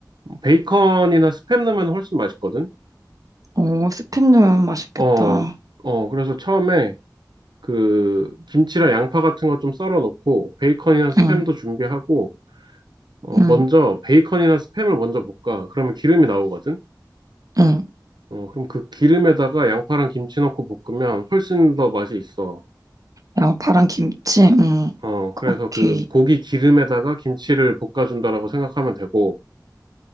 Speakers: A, on the right; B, on the right.
A: 베이컨이나 스팸 넣으면 훨씬 맛있거든?
B: 오, 스팸 넣으면 맛있겠다.
A: 어, 어, 그래서 처음에 그 김치랑 양파 같은 거 좀 썰어 놓고 베이컨이나 스팸도
B: 응,
A: 준비하고 어,
B: 응,
A: 먼저 베이컨이나 스팸을 먼저 볶아. 그러면 기름이 나오거든.
B: 응.
A: 어, 그럼 그 기름에다가 양파랑 김치 넣고 볶으면 훨씬 더 맛이 있어.
B: 양파랑 김치? 음,
A: 어,
B: 그-
A: 그래서
B: 오케이.
A: 그 고기 기름에다가 김치를 볶아준다라고 생각하면 되고.